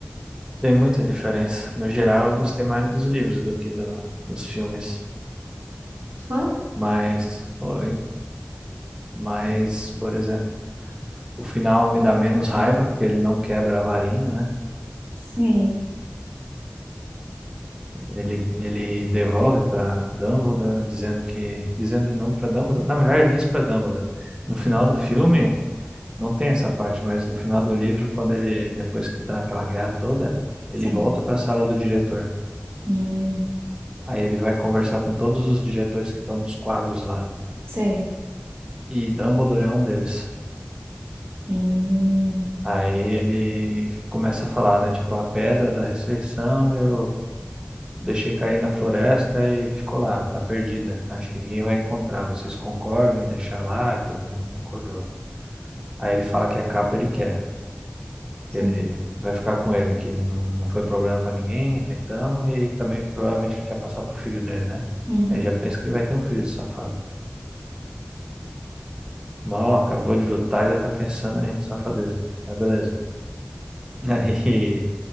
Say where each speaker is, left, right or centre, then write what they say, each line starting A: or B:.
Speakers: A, on the right; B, on the right.
A: tem muita diferença. No geral, eu gostei mais dos livros do que do- dos filmes.
B: Foi?
A: Mas, foi. Mas, por exemplo, o final me dá menos raiva porque ele não quebra a varinha, né?
B: Sim,
A: Ele, ele devolve para Dumbledore, dizendo que. Dizendo não para Dumbledore. Na verdade, ele diz para Dumbledore. No final do filme. Não tem essa parte, mas no final do livro, quando ele, depois que dá aquela guerra toda, ele
B: sim.
A: volta para a sala do diretor.
B: Hum,
A: Aí ele vai conversar com todos os diretores que estão nos quadros lá.
B: sei.
A: E Dumbledore é um deles.
B: Hum,
A: Aí ele começa a falar, né? Tipo, a pedra da ressurreição eu deixei cair na floresta e ficou lá, tá perdida. Acho que ninguém vai encontrar. Vocês concordam em deixar lá? E todo mundo concordou. Aí ele fala que a capa ele quer.
B: sim.
A: que ele vai ficar com ele, que não, não foi problema pra ninguém até então, e também provavelmente ele quer passar pro filho dele, né?
B: Uhum,
A: Ele já pensa que vai ter um filho, esse safado. Mal acabou de lutar, já tá pensando em safadeza. Aí beleza. <laughs> Aí,